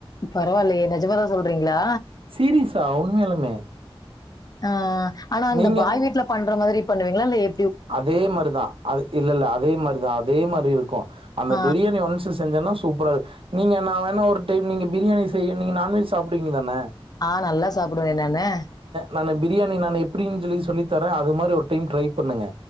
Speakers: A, on the left; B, on the right.
A: பரவாயில்லயே நெஜமாதா சொல்றீங்களா?
B: சீரியஸா உண்மையாலுமே
A: ஆ ஆனா அந்த
B: நீங்க
A: பாய் வீட்ல பண்ற மாதிரி பண்ணுவீங்களா இல்ல எப்
B: அதே மாரிதா அது இல்ல இல்ல அதே மாரி தா அதே மாரி இருக்கு அந்த
A: ஆ,
B: பிரியாணி ஒன்ஸ் செஞ்சன்னா சூப்பரா நீங்க நா வேணா ஒரு டைம் நீங்க பிரியாணி செய்ய நீங்க நான்வெஜ் சாப்டுவீங்க தான?
A: ஆ நல்லா சாப்பிடுவே நானு.
B: நானு பிரியாணி நானு எப்படின் சொல்லி சொல்லித்தரே அது மாரி ஒரு டைம் ட்ரை பண்ணுங்க.